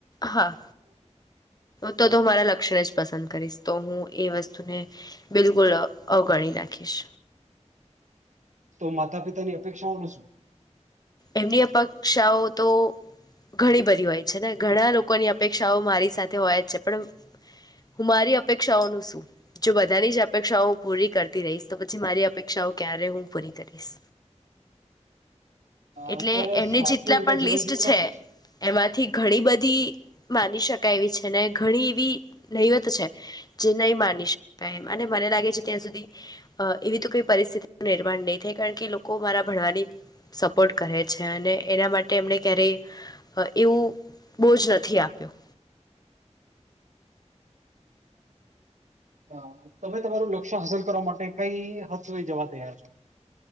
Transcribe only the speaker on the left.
હા તો તો મારા લક્ષણ જ પસંદ કરીશ તો હું એ વસ્તુને બિલકુલ અવગણી નાખ ખીશ
એમની અપેક્ષાઓ તો ઘણી બધી હોય છે, ને ઘણા લોકોની અપેક્ષાઓ મારી સાથે હોય જ છે, પણ હું મારી અપેક્ષાઓનું શું જો બધાની જ અપેક્ષાઓ પૂરી કરતી રહીશ તો પછી મારી અપેક્ષાઓ ક્યારે હું પૂરી કરીશ એટલે
એમની
જેટલા
પણ
લિસ્ટ
છે,
એમાંથી ઘણી બધી માની શકાય એવી છે, ને ઘણી એવી નૈવત છે જે નહી માની શકાય અને મને લાગે છે ત્યાં સુધી એવી તો કઈ પરિસ્થિતિ નિર્માણ નહી થાય કારણ કે લોકો મારા ભણવાની સપોર્ટ કરે છે અને એના માટે એમણે ક્યારેય એવું બોજ નથી આપ્યું